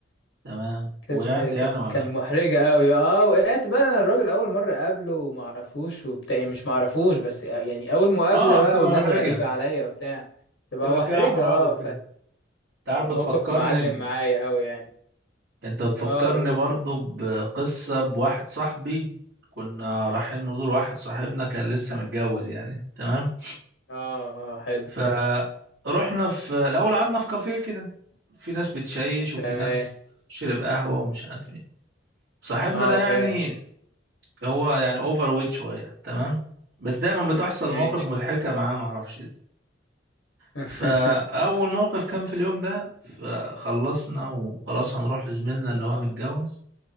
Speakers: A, on the right (about 80°); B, on the left (about 75°).
A: تمام
B: كان
A: وقعت
B: ك-
A: يعني ولا
B: كان محرجة قوي اه وقعت بقى انا الراجل اول مرة اقابله وما اعرفوش وبتاع يعني مش ما اعرفوش بس آه، يعني اول مقابلة
A: اه
B: بقى
A: بتبقى
B: والناس
A: محرجه
B: غريبة عليا وبتاع تبقى
A: بتبقى
B: محرجة
A: فيها احراج
B: اه
A: وكده انت عارف
B: فالموقف
A: بتفكرني
B: معلم معايا قوي يعني
A: انت بتفكرني
B: اه قول
A: برضو بقصة بواحد صاحبي كنا رايحين نزور واحد صاحبنا كان لسه متجوز يعني تمام
B: اه اه حلو
A: فروحنا في الأول قعدنا في كافيه كده في ناس بتشيش وفي
B: تمام
A: ناس شرب قهوة ومش عارف ايه صاحبنا
B: اه
A: ده يعني
B: فاهم
A: هو يعني اوفر ويت شوية تمام بس دايما بتحصل
B: ماشي
A: مواقف مضحكة معاه معرفش ليه
B: <laughs>
A: فأول موقف كان في اليوم ده فخلصنا وخلاص هنروح لزميلنا اللي هو متجوز